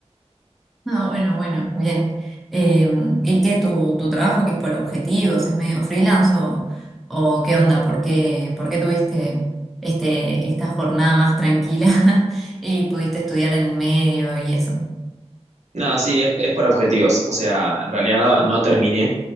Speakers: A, in the centre; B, on the right.
A: No, bueno, bueno, bien. Em, ¿y qué tu, tu trabajo que es por objetivos, es medio freelance o, o qué onda? ¿Por qué, por qué tuviste este, esta jornada más tranquila <laughs> y pudiste estudiar en el medio y eso?
B: No, sí, es, es para objetivos. O sea, en realidad no, no terminé.